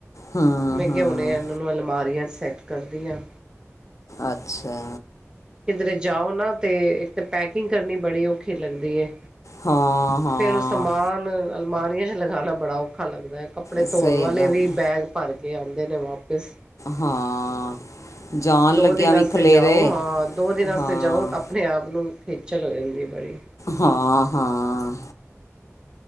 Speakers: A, on the left (about 75°); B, on the right (about 15°).
A: ਹੂੰ
B: ਮੈਂ
A: ਹੂੰ
B: ਕਿਹਾ ਹੁਣੇ ਇਨਾਂ ਨੂੰ ਅਲਮਾਰੀਆਂ ਸੈੱਟ ਕਰਦੀਆਂ।
A: ਅੱਛਾ।
B: ਕਿਧਰੇ ਜਾਓ ਨਾ ਤੇ ਇੱਕ ਤੇ ਪੈਕਿੰਗ ਕਰਨੀ ਬੜੀ ਔਖੀ ਲੱਗਦੀ ਏ।
A: ਹਾਂ ਹਾਂ
B: ਫੇਰ ਓ ਸਮਾਨ ਅਲਮਾਰੀਆਂ ਚ ਲਗਾਣਾ ਬੜਾ ਔਖਾ ਲੱਗਦੈ ਕੱਪੜੇ
A: ਸਹੀ
B: ਧੋਣ ਵਾਲੇ
A: ਗੱਲ
B: ਵੀ ਬੈਗ ਭਰ ਕੇ ਆਂਦੇ ਨੇ ਵਾਪਿਸ।
A: ਹਾਂ ਜਾਣ
B: ਦੋ
A: ਲੱਗਿਆ
B: ਦਿਨ
A: ਵੀ
B: ਵਾਸਤੇ
A: ਖਲੇਰੇ।
B: ਜਾਓ ਹਾਂ ਦੋ ਦਿਨਾਂ ਵਾਸਤੇ
A: ਹਾਂ
B: ਜਾਓ ਤਾਂ ਆਪਣੇ ਆਪ ਨੂੰ ਖੇਚਲ ਹੋ ਜਾਂਦੀ ਬੜੀ।
A: ਹਾਂ-ਹਾਂ